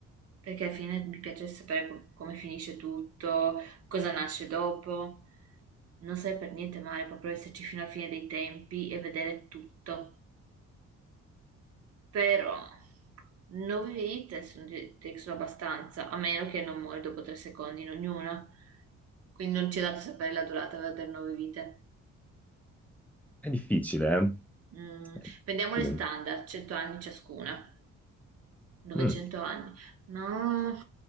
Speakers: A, on the right; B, in the centre.
A: perché alla fine mi piace sapere com- come finisce tutto, cosa nasce dopo. Non sarebbe per niente male proprio esserci fino alla fine dei tempi e vedere tutto. Però, nove vite sono, di- di- sono abbastanza, a meno che non muori dopo tre secondi in ognuna. Quindi non ci è dato sapere la durata delle nove vite.
B: È difficile, eh?
A: Mm,
B: È difficile.
A: prendiamo le standard, 100 anni ciascuna. 900
B: Mm.
A: anni. No,